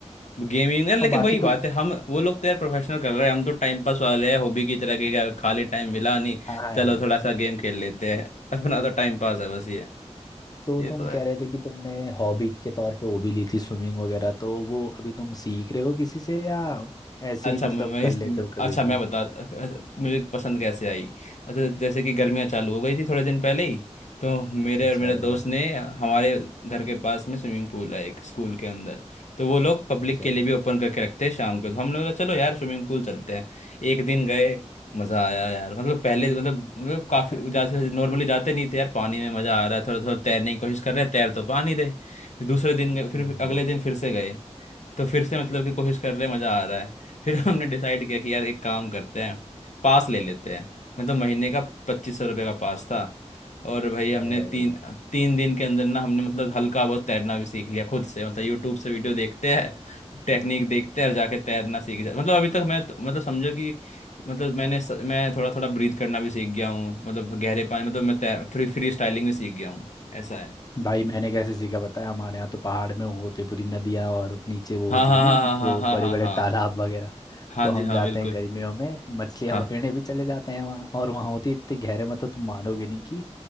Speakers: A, on the left; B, on the left.
A: गेमिंग यार लेकिन
B: और बाकी
A: वही बात
B: तुम
A: है हम वो लोग तो यार प्रोफेशनल कर रहे हैं हम तो टाइम पास वाले हैं हॉबी की तरह के क्या खाली टाइम मिला नहीं
B: हाँ हाँ
A: चलो
B: यार
A: थोड़ा सा गेम खेल लेते हैं <laughs> अपना तो टाइम पास है बस ये
B: तो
A: ये
B: तुम
A: तो है
B: कह रहे थे कि तुमने हॉबी के तौर पे वो भी ली थी स्विमिंग वगैरह तो वो अभी तुम सीख रहे हो किसी से या ऐसे
A: अच्छा
B: ही मतलब
A: मैं मैं
B: कर
A: इस
B: लेते हो कभी
A: अच्छा मैं
B: भी
A: बता मुझे पसंद कैसे आई अच्छा जैसे कि गर्मियाँ चालू हो गई थी थोड़े दिन पहले ही तो मेरे
B: अच्छा
A: और मेरे
B: बढ़िया
A: दोस्त ने हमारे घर के पास में स्विमिंग पूल है एक स्कूल के अंदर तो वो लोग पब्लिक
B: अच्छा
A: के लिए भी ओपन करके रखते हैं शाम को तो हमने बोला चलो यार स्विमिंग पूल चलते हैं एक दिन गए मज़ा आया यार मतलब पहले मतलब मतलब
B: <laughs>
A: काफ़ी जैसे नॉर्मली जाते नहीं थे यार पानी में मज़ा आ रहा है थोड़ा थोड़ा तैरने की कोशिश कर रहे हैं तैर तो पा नहीं रहे दूसरे दिन गए फिर
B: हम्म
A: अगले दिन फिर से गए तो फिर से मतलब कि कोशिश कर रहे हैं मज़ा आ रहा है फिर <laughs> हमने डिसाइड किया कि यार एक काम करते हैं पास ले लेते हैं मतलब महीने का पच्चीस सौ रुपये का पास था और भाई हमने
B: अरे भाई बढ़िया
A: तीन तीन दिन के अंदर ना हमने मतलब हल्का बहुत तैरना भी सीख लिया खुद से मतलब यूट्यूब से वीडियो देखते हैं टेक्निक देखते हैं और जाके तैरना सीख जाते मतलब अभी तक मैं तो- मतलब समझो कि मतलब मैंने स- मैं थोड़ा थोड़ा ब्रीथ करना भी सीख गया हूँ मतलब गहरे पानी मतलब मैं
B: <laughs>
A: तैर फ्री फ्री स्टाइलिंग भी सीख गया हूँ ऐसा है
B: भाई मैंने कैसे सीखा पता है हमारे यहाँ तो पहाड़ में वो होते हैं, पूरी नदियाँ और नीचे वो
A: हाँ
B: होती
A: हाँ
B: है
A: हाँ
B: ना
A: हाँ हाँ
B: वो बड़े
A: हाँ हाँ
B: बड़े
A: हाँ
B: तालाब वगैरह
A: हाँ
B: तो हम
A: जी हाँ
B: जाते
A: बिल्कुल
B: हैं गर्मियों में मछलियाँ
A: हाँ,
B: पकड़ने भी चले जाते हैं वहाँ और वहाँ होती है इतने गहरे मतलब तुम मानोगे नहीं कि